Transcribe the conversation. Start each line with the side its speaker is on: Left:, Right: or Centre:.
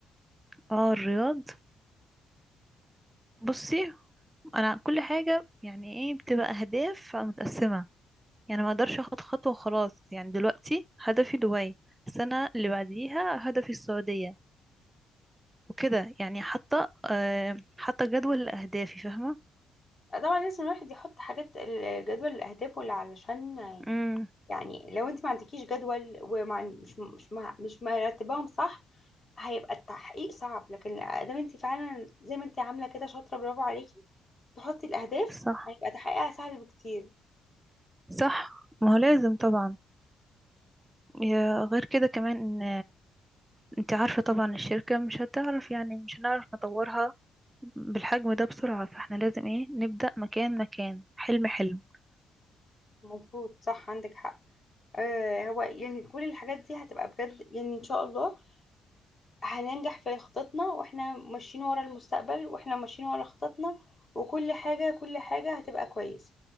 Right: اه الرياض بصي انا كل حاجة يعني ايه بتبقى اهداف متقسمة يعني ما اقدرش اخد خطوة وخلاص يعني دلوقتي هدفي دبي السنة اللي بعديها هدفي السعودية وكده يعني حتى آه حتى جدول لأهدافي فاهمة
Left: طبعا لازم الواحد يحط حاجات ال- الجدول الأهداف واللي علشان
Right: امم
Left: يعني لو انت ما عندكيش جدول ومش مش مش مش مرتباهم صح هيبقى التحقيق صعب لكن ادام انت فعلا زي ما انت عامله كده شاطره برافو عليكي تحطي الاهداف
Right: صح
Left: هيبقى تحقيقها سهل بكتير
Right: صح ما هو لازم طبعا يا- غير كده كمان ان انت عارفة طبعا الشركة مش هتعرف يعني مش هنعرف نطورها بالحجم ده بسرعة فاحنا لازم ايه نبدأ مكان مكان حلم حلم
Left: مظبوط صح عندك حق آه هو يعني كل الحاجات دي هتبقى بجد يعني ان شاء الله هننجح في خططنا واحنا ماشيين ورا المستقبل واحنا ماشيين ورا خططنا وكل حاجه كل حاجه هتبقى كويسه